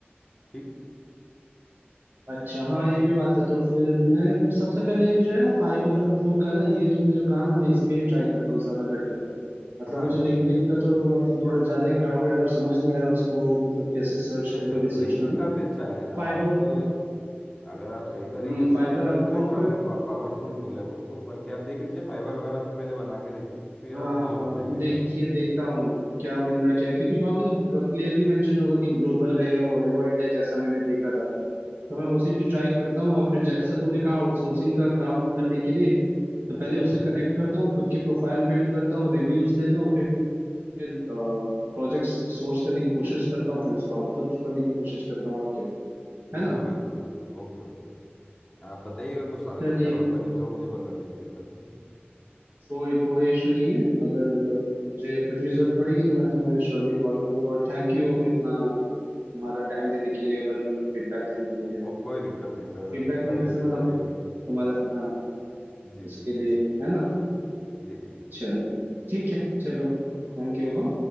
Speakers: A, in the centre; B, on the right.
A: ठीक है
B: अच्छा हाँ ये भी बात है तो फिर मैं सबसे पहले ये जो है ना फाइवर अपवर्क का ना ये तुमने जो कहा ना मैं इस पे ही ट्राई करता हूँ ज्यादा बेटर मतलब
A: हाँ
B: मुझे
A: जी
B: लिंक्डइन
A: जी
B: का तो मतलब थोड़ा ज्यादा ही क्राउडेड और समझ नहीं आ रहा उसको मतलब कैसे सर्च
A: नहीं
B: करूँ
A: सर
B: रिसर्च
A: लिंक्डइन
B: करूँ
A: काफ़ी अच्छा है आप
B: फाइबर
A: अगर आप सही तरीके
B: हम्म
A: से
B: फाइबर
A: यूज़ करें
B: अपवर्क
A: तो एक काफ़ी
B: पर
A: पावरफुल टूल है वो तो बाकी आप देख लीजिए फाइवर वगैरह पे पहले बना के देखिए फिर
B: हाँ
A: आप मुझे बताइएगा
B: देखिए देखता हूँ क्या मिल रहा है क्या क्योंकि वहां पे तो क्लियरली मेंशन होगा कि ग्लोबल है या वर्ल्ड वाइड है जैसा मैंने देखा था तो मैं उसी पे ट्राई करता हूँ और फिर जैसा तुमने कहा आउटसोर्सिंग का काम करने के लिए तो पहले
A: हम्म
B: उससे कनेक्ट करता हूँ खुद की प्रोफाइल बिल्ड करता हूँ रिव्यूज लेता हूँ फिर प्रोजेक्ट्स सोर्स करने की कोशिश करता हूँ फिर उसको आउटसोर्स करने की कोशिश करता हूँ और क्या
A: बिल्कुल
B: है ना
A: बिल्कुल सर Okay okay आप बताइएगा कुछ
B: चलिए
A: ज़रूरत लगे तो मुझे बता दीजिएगा ठीक
B: कोई कोई इश्यू नहीं है अगर अ, मुझे कुछ भी जरूरत पड़ेगी तो मैं तुम्हें श्योरली कॉल कर लूंगा और थैंक यू इतना तुम्हारा टाइम देने के लिए और वैल्यूबल फीडबैक देने के
A: को,
B: लिए
A: को,
B: यार
A: कोई दिक्कत नहीं सर
B: फीडबैक
A: कभी
B: नहीं जैसे
A: भी
B: मतलब
A: कभी भी
B: तुम्हारा हाँ
A: जी
B: इसके
A: जी
B: लिए
A: जी जी
B: है ना
A: जी ठीक
B: चलो ठीक है
A: है
B: चलो फिर
A: ओके
B: Thank you